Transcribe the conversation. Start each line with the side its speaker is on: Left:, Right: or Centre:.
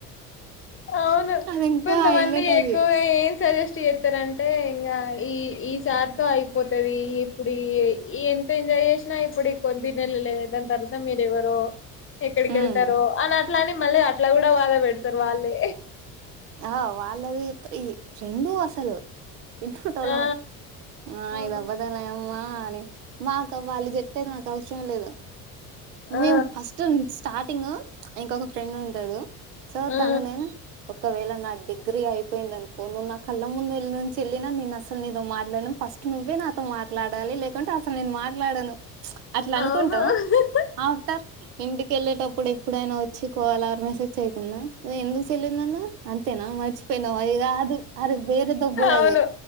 Left: అవును
Right: అది ఇంకా
Left: కొంతమంది
Right: హైలైట్ అది
Left: ఎక్కువగా ఏం సజెస్ట్ చేస్తారంటే ఇంకా ఈ ఈ సార్ తో అయిపోతుంది ఇప్పుడు ఇ ఎ ఎంత ఎంజాయ్ చేసినా ఇప్పుడు కొద్ది నెలలు దాని తర్వాత మీరు ఎవరో ఎక్కడికి
Right: ఉమ్,
Left: వెళ్తారో అని అట్లా అని మళ్ళ అట్లా కూడా వాళ్లే పెడతారు వాళ్ళే
Right: ఆ వాళ్ళది ఈ రెండు అసలు ఇన్పుట్ అవ్వాలే
Left: ఆ
Right: ఆ
Left: అవును
Right: ఇది అవ్వదాల అమ్మా అని మాకు వాళ్ళు చెప్పేది మాకు అవసరం లేదు
Left: ఆ
Right: మేము ఫస్ట్ స్టార్ట్ టింగ్ ఇంకొక ఫ్రెండ్ ఉంటాడు సో
Left: ఆ
Right: తను నేను ఒక వేళ నా డిగ్రీ అయిపోయింది అనుకో నువ్వు నా కళ్ళ ముందు లేనుంచి వెళ్ళినా నేను అసలు నీతో మాట్లాడను ఫస్ట్ నువ్వే నాతో మాట్లాడాలి లేకుంటే అసలు నేను మాట్లాడను అట్లా అనుకుంటాం
Left: ఆ అవును
Right: ఆఫ్టర్ ఇంటికి వెళ్ళేటప్పుడు ఎప్పుడైనా వచ్చి కాల్ ఆర్ మెసేజ్ చేయ్యకున్నా ఎందుకు చేయలేదు నాన్న అంతే నా మర్చపోయినవా ఇగ అది కాదు వేరే దొబ్బుడు
Left: అవును
Right: అది